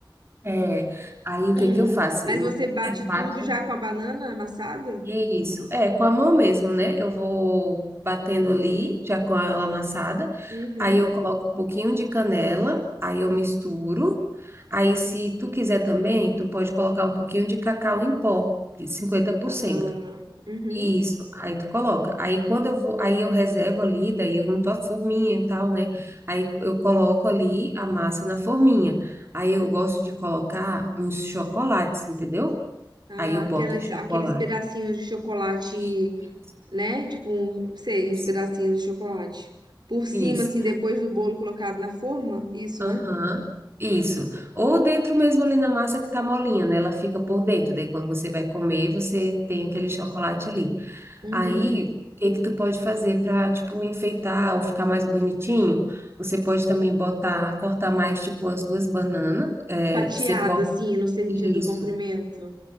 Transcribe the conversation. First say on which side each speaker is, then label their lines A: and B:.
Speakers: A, on the right; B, on the right.
A: É, aí o
B: Hum,
A: que que eu faço?
B: mas
A: Eu,
B: você bate
A: eu bato.
B: tudo já com a banana amassada?
A: Isso, é, com a mão mesmo, né? Eu vou batendo ali, já com ela amassada.
B: Uhum.
A: Aí eu coloco um pouquinho de canela, aí eu misturo. Aí, se tu quiser também, tu pode colocar um pouquinho de cacau em pó, de cinquenta por
B: Ah,
A: cento.
B: uhum.
A: Isso, aí tu coloca. Aí quando eu vou, aí eu reservo ali, daí eu unto a forminha e tal, né? Aí eu coloco ali a massa na forminha. Aí eu gosto de colocar uns chocolates, entendeu?
B: Ah,
A: Aí eu
B: aqueles,
A: boto o chocolate.
B: aqueles pedacinhos de chocolate,
A: I- Isso,
B: né? Tipo, um, sei,
A: isso,
B: uns pedacinhos de chocolate. Por cima,
A: isso.
B: assim, depois do bolo colocado na forma, isso,
A: Aham,
B: né?
A: isso. Ou dentro mesmo ali na massa que tá molinha, né? Ela fica por dentro. Daí quando você vai comer, você tem aquele chocolate ali.
B: Uhum.
A: Aí, o que que tu pode fazer para, tipo, enfeitar ou ficar mais bonitinho? Você pode também botar, cortar mais, tipo, as duas bananas. É,
B: Fatiado,
A: você corta
B: assim, no sentido
A: isso.
B: do comprimento.